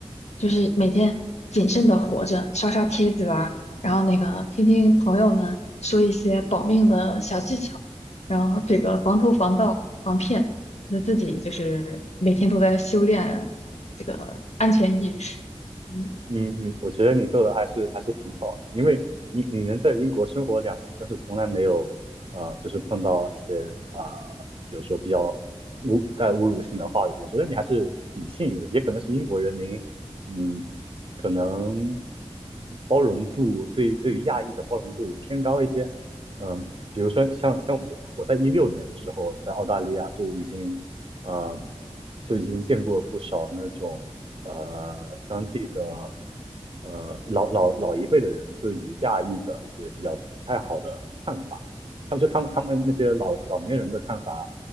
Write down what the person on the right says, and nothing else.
嗯嗯，我觉得你做的还是还是挺好的，因为你你能在英国生活两年，但是从来没有呃，就是碰到一些啊、呃比如说比较侮带侮辱性的话语，我觉得你还是挺幸运的，也可能是英国人民，嗯，可能包容度对对于亚裔的包容度也偏高一些，嗯，比如说像像我我在一六年的时候在澳大利亚就已经呃就已经见过不少那种。呃当地的呃老老老一辈的人对于亚裔的一些比较不太好的看法，他们就他们他们那些老老年人的看法，